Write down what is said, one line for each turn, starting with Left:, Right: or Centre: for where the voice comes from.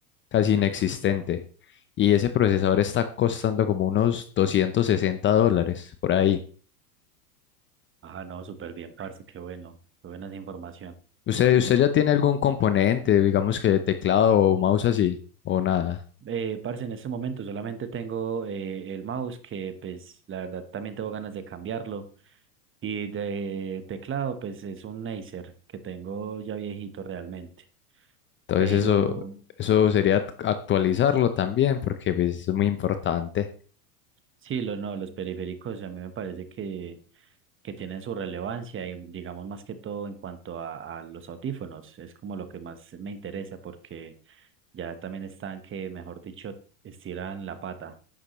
Left: casi inexistente. Y ese procesador está costando como unos 260 dólares por ahí.
Right: Ah, no, súper bien, parce, qué bueno, qué buena esa información.
Left: ¿Usted, usted ya tiene algún componente, digamos que teclado o mouse así, o nada?
Right: Eh, parce, en este momento solamente tengo eh, el mouse que pues la verdad también tengo ganas de cambiarlo y de teclado pues es un Acer que tengo ya viejito realmente.
Left: Entonces
Right: Pero
Left: eso, eso sería actualizarlo también, porque pues, es muy importante.
Right: sí, lo, no, los periféricos a mí me parece que, que tienen su relevancia y digamos más que todo en cuanto a, a los audífonos, es como lo que más me interesa porque ya también están que, mejor dicho, estiran la pata.